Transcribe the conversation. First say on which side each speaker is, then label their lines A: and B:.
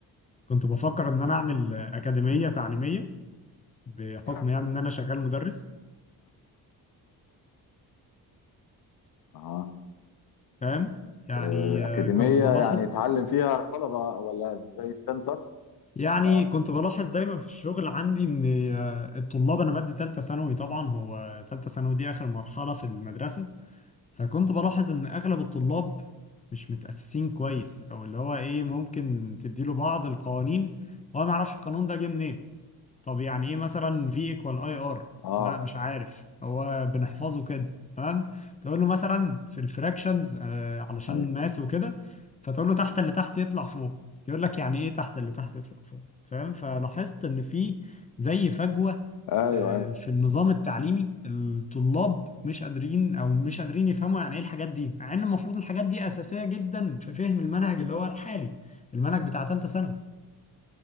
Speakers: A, on the left; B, on the left.
A: كنت بفكر ان انا اعمل آه، اكاديميه تعليميه بحكم
B: يعني
A: يعني ان انا شغال مدرس
B: أهم
A: فاهم يعني
B: آه،
A: آه،
B: أكاديمية
A: كنت بلاحظ
B: يعني يتعلم فيها الطلبة ولا زي السنتر
A: يعني
B: اه
A: كنت بلاحظ دايما في الشغل عندي ان آه، الطلاب انا بدي ثالثه ثانوي طبعا هو ثالثه ثانوي دي اخر مرحله في المدرسه فكنت بلاحظ ان اغلب الطلاب مش متاسسين كويس او اللي هو ايه ممكن تديله بعض القوانين هو ما يعرفش القانون ده جه منين طب يعني ايه مثلا في ايكوال اي ار
B: اه
A: لا مش عارف هو بنحفظه كده تمام تقول له مثلا في الفراكشنز آه علشان
B: ايوه
A: ماس وكده فتقول له تحت اللي تحت يطلع فوق يقول لك يعني ايه تحت اللي تحت يطلع فوق فاهم فلاحظت ان في زي فجوة
B: ايوه
A: آه،
B: ايوه
A: في النظام التعليمي الطلاب مش قادرين او مش قادرين يفهموا يعني ايه الحاجات دي مع ان المفروض الحاجات دي اساسية جدا في فهم المنهج اللي هو الحالي المنهج بتاع ثالثة ثانوي